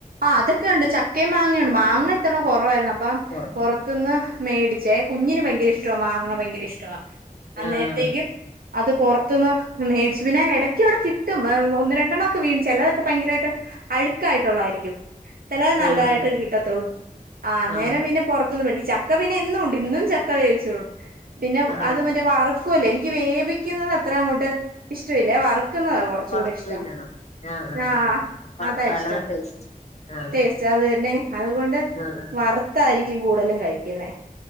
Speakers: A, on the right (about 80°); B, on the left (about 45°).
A: ആ അതൊക്കെ ഉണ്ട് ചക്കേം മാങ്ങയുണ്ട് മാങ്ങ ഇത്തവണ കൊ റവായിരുന്നു അപ്പം
B: കൊറ
A: പൊറത്തൂന്ന് മേടി ചേ കുഞ്ഞിന് ഭയങ്കര ഇഷ്ടമാ മാങ്ങ ഭയങ്കര ഇഷ്ടമാ അന്നേരത്തേക്കും
B: ആഹ്
A: അത്റ മൊ മേടിച്ചു പിന്നെ ഇടയ്ക്ക് ഇവിടെ കിട്ടും ഒന്ന് രണ്ടെണ്ണം ഒക്കെ വീണും ചിലതൊക്കെ ഭയങ്കരമായിട്ട് അഴു യിട്ടായിരിക്കും ചിലത് നല്ലതായിട്ട്
B: ആഹ്
A: കിട്ടത്തുള്ളൂ ആഹ നേരം
B: ആഹ്
A: പിന്നെ പുറത്തനിന്ന് മേടിക്ക ചക്ക പിന്നെന്നുണ്ട് ഇന്നും ചക്ക വേയിച്ചോണ്ട് പിന്നെ
B: അതെതെ
A: അത് മറ്റേ വറക്കുവല്ലോ എനിക്ക് എനിക്ക് വേപിക്കുന്നത് അത്ര അങ്ങോട്ട് ഇഷ്ടമല്ലേ വറുക്കുന്നതാ കുറച്ച
B: വറുത്ത്
A: കൂടി ഇഷ്ടം
B: തിന്നണം ആഹ് ആഹ്
A: ആഹ
B: വറുത്താലാണ്
A: അതാ ഇഷ്ടം
B: ടേസ്റ്റ് ആഹ്
A: ടേസ്റ്റ് അതന്നെ അതുകൊണ്ട്
B: ആഹ്
A: വറുത്തായിരിക്കും കൂടുതലും കഴിക്കുന്നെ